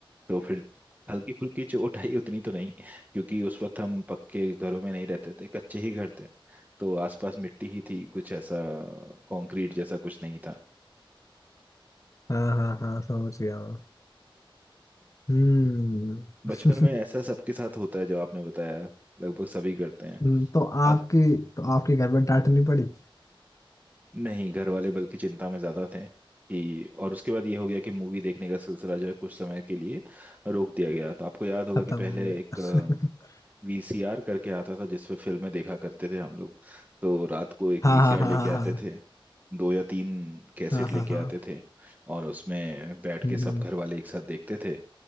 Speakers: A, on the right (about 20°); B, on the left (about 35°).
A: तो फिर हल्की फुल्की चोट आई उतनी तो नहीं क्योंकि उस वक्त हम पक्के घरों में नहीं रहते थे कच्चे ही घर थे तो आसपास मिट्टी ही थी कुछ ऐसा कंक्रीट जैसा कुछ नहीं था
B: हाँ हाँ हाँ समझ गया मैं। हम्म
A: बचपन
B: <laughs>
A: में ऐसा सबके साथ होता है जो आपने बताया लगभग सभी करते हैं
B: हम्म, तो आपकी
A: अग,
B: तो आपके घर में डांट नहीं पड़ी
A: नहीं घर वाले बल्कि चिंता में ज्यादा थे कि और उसके बाद ये हो गया कि मूवी देखने का सिलसिला जो है कुछ समय के लिए रोक दिया गया तो आपको याद होगा
B: खत्म
A: कि पहले
B: हो गया
A: एक
B: <laughs>
A: वीसीआर करके आता था जिसपे फिल्में देखा करते थे हम लोग तो रात को एक
B: हाँ
A: वीसीआर
B: हाँ हाँ
A: लेके
B: हाँ हाँ
A: आते थे दो या तीन कैसेट
B: हाँ
A: लेके
B: हाँ हाँ
A: आते थे और उसमें बैठ
B: हम्म
A: के सब घर वाले एक साथ देखते थे